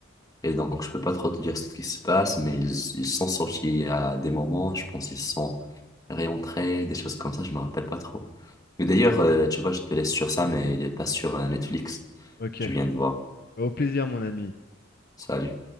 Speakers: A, on the left; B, on the left.
A: Et donc, je peux pas trop te dire ce qui se passe, mais ils, ils sont sortis à des moments, je pense qu'ils sont réentrés, des choses comme ça, je me rappelle pas trop. Mais d'ailleurs, euh, tu vois, je te laisse sur ça, mais il est pas sur euh, Netflix.
B: Ok.
A: Je viens de voir.
B: Bah, au plaisir, mon ami.
A: Salut.